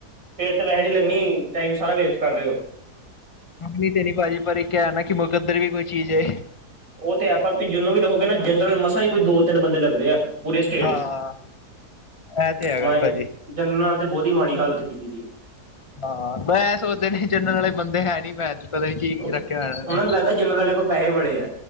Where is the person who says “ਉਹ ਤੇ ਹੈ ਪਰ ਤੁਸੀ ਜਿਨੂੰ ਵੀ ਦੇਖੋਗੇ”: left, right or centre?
Right